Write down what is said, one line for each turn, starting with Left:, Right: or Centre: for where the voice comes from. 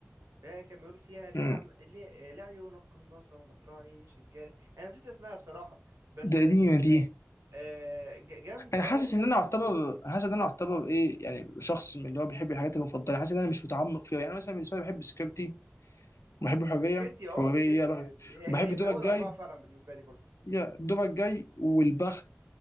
Right: هي كان بيقول فيها ليه
Left: امم
Right: عن... ليه... آه، ليه عيونك قناصة ومطرعي شجاري أنا نسيت اسمها بصراحة بس
Left: ده دي دي
Right: آه، ج- جامدة
Left: انا حاسس
Right: اه بس
Left: ان انا اعتبر انا حاسس ان انا اعتبر ايه يعني شخص من اللي هو بيحب الحاجات المفضله حاسس ان انا مش متعمق فيها يعني مثلا بالنسبه لي بحب سكيورتي وبحب حريه
Right: سكرتي اه
Left: حريه
Right: سكرتي
Left: بقى
Right: هي
Left: وبحب
Right: هي
Left: الدور
Right: من أول
Left: الجاي
Right: أربعة فعلا بالنسبة لي برضو
Left: يا الدور الجاي والبخت
Right: مم.